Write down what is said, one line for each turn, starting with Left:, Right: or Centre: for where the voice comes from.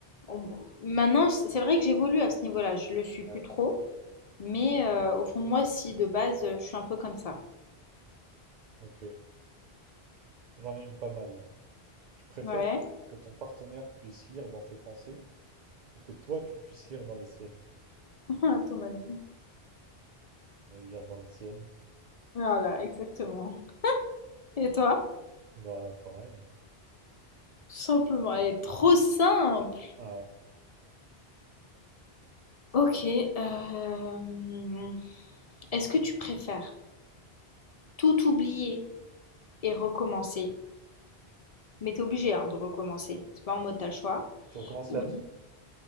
Left: On- Maintenant, c- c'est vrai que j'évolue à ce niveau-là, je le suis plus
Right: Ouais.
Left: trop, mais euh, au fond de moi, si, de base, euh, je suis un peu comme ça.
Right: Ok, j'en ai une pas mal. Tu préfères
Left: Ouais,
Right: que ton partenaire puisse lire dans tes pensées ou que toi tu puisses lire dans les siennes?
Left: <laughs> à ton avis.
Right: Euh, lire dans les siennes,
Left: Voilà, exactement. Et toi?
Right: bah pareil. hein.
Left: Tout simplement, elle est trop simple.
Right: Ouais.
Left: Ok, euh, est-ce que tu préfères tout oublier et recommencer. Mais t'es obligé hein, de recommencer. C'est pas en mode t'as le choix.
Right: Tu recommences la
Left: Ou
Right: vie?